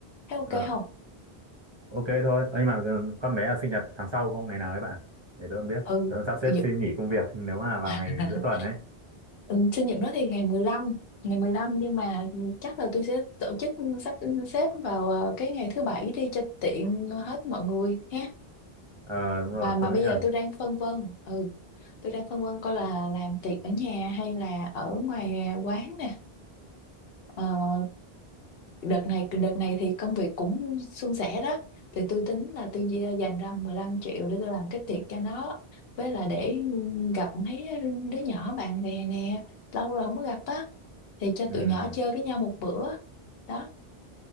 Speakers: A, on the left; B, on the right.
A: thấy ok
B: Ờ,
A: không
B: ok thôi, Ơ, Nhưng mà ừ, con bé là sinh nhật tháng sau không, ngày nào đấy bạn? Để tớ còn biết,
A: ừ
B: tớ sắp xếp
A: dự-
B: xin nghỉ công việc nếu mà vào
A: <laughs>
B: ngày giữa tuần ấy.
A: Ừ, sinh nhật nó thì ngày mười lăm ngày mười lăm nhưng mà chắc là tôi sẽ tổ chức sắp xếp vào ờ, cái ngày thứ bảy đi cho tiện hết mọi người ha
B: Ờ, đúng rồi,
A: mà mà
B: tớ
A: bây
B: nghĩ là,
A: giờ tôi đang phân vân ừ tôi đang phân vân coi là làm tiệc ở nhà hay là ở ngoài quán nè ờ, đợt này đợt này thì công việc cũng suôn sẻ đó thì tôi tính là tôi di- dành ra 15 triệu để tôi làm cái tiệc cho nó với là để gặp mấy đứa nhỏ bạn bè nè lâu rồi không có gặp á thì cho tụi
B: ừm,
A: nhỏ chơi với nhau một bữa đó